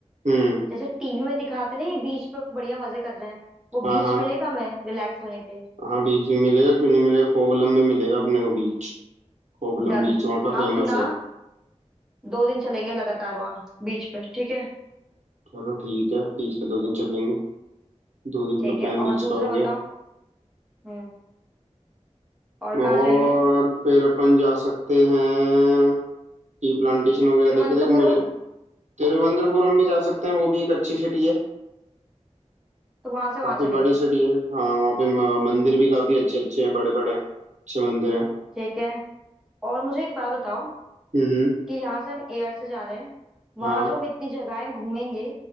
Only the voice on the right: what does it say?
हम्म
हाँ
हाँ
हाँ बीच में मिलेगा क्यों नहीं मिलेगा कोवलम में मिलेगा अपने को बीच कोवलम
बीच वहाँ का
फेमस
है
चलो ठीक है बीच पे दो दिन चल लेंगे दो दिन
का
प्लान बीच
का हो
गया
और
फिर अपन जा सकते हैं टी प्लांटेशन वगैरह
देखे देखो मुझे तिरुवनंतपुरम भी जा सकते हैं वो भी एक अच्छी सिटी है
काफी
बड़ी सिटी है हाँ वहाँ पे म- मंदिर भी काफी अच्छे अच्छे हैं बड़े बड़े हैं अच्छे मंदिर हैं
हम्म हम्म,
हाँ